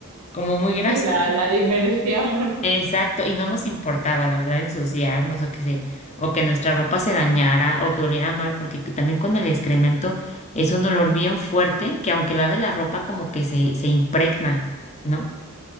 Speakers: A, on the left; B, on the right.
A: como muy gracioso
B: Sí, la, la diversión.
A: Exacto, y no nos importaba, la verdad, ensuciarnos o que se, o que nuestra ropa se dañara o que oliera mal, porque c- también con el excremento es un olor bien fuerte que aunque laves la ropa como que se, se impregna, ¿no?